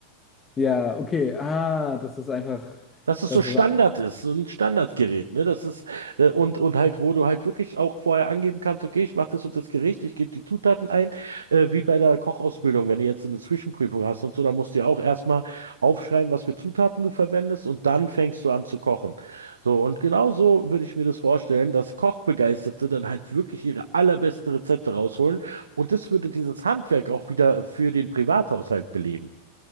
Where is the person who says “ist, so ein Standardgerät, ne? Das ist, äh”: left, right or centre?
Right